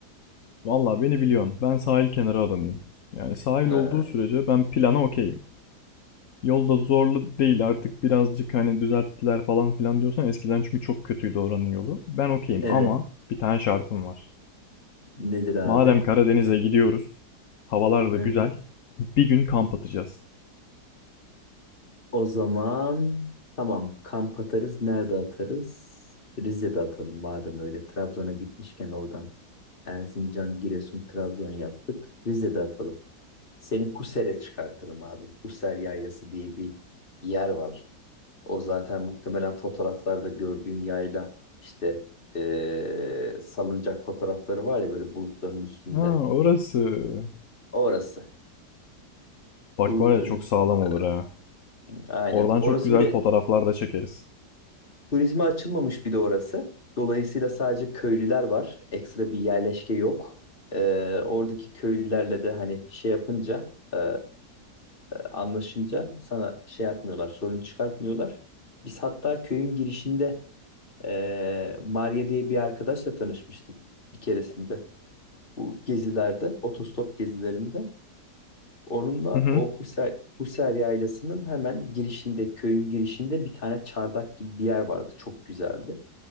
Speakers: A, on the left; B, on the left.
A: Vallahi beni biliyorsun. Ben sahil kenarı adamıyım. Yani sahil
B: Ha,
A: olduğu sürece ben plana okeyim. Yolda zorlu değil artık birazcık hani düzelttiler falan filan diyorsan eskiden çünkü çok kötüydü oranın yolu. Ben okeyim
B: evet.
A: ama bir tane şartım var.
B: Nedir abi?
A: Madem Karadeniz'e gidiyoruz, havalar da
B: Hı
A: güzel,
B: hı.
A: bir gün kamp atacağız.
B: O zaman tamam kamp atarız. Nerede atarız? Rize'de atalım madem öyle. Trabzon'a gitmişken oradan Erzincan, Giresun, Trabzon yaptık. Rize'de atalım. Seni Huser'e çıkartırım abi. Huser Yaylası diye bir yer var. O zaten muhtemelen fotoğraflarda gördüğün yayla işte eee, salıncak fotoğrafları var ya böyle bulutların üstünde.
A: Ha orası.
B: Orası.
A: Bak
B: Bulutların
A: var ya çok
B: üstünde.
A: sağlam olur ha.
B: Aynen.
A: Oradan
B: Orası
A: çok güzel
B: bir de
A: fotoğraflar da çekeriz.
B: Turizme açılmamış bir de orası. Dolayısıyla sadece köylüler var. Ekstra bir yerleşke yok. Ee, oradaki köylülerle de hani şey yapınca, ee, anlaşınca sana şey yapmıyorlar, sorun çıkartmıyorlar. Biz hatta köyün girişinde ee, Maria diye bir arkadaşla tanışmıştık bir keresinde. Bu gezilerde, otostop gezilerinde. Onunla
A: Hı hı.
B: o Husser, Husser Yaylası'nın hemen girişinde, köyün girişinde bir tane çardak gibi bir yer vardı. Çok güzeldi.